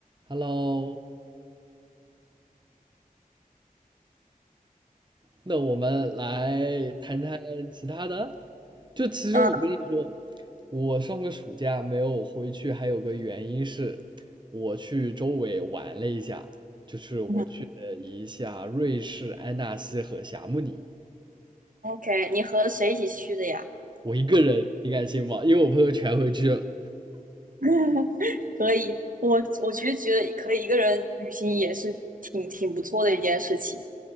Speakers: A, on the right; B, on the right.
A: Hello，那我们来谈谈其他的。就其实我跟你说，
B: 嗯
A: 我上个暑假没有回去，还有个原因是，我去周围玩了一下，就是我去了一下瑞士安纳西和霞慕尼，
B: 嗯，OK，你和谁一起去的呀？
A: 我一个人，你敢信吗？因为我朋友全回去了。
B: <laughs> 可以，我我其实觉得可以一个人旅行也是挺挺不错的一件事情，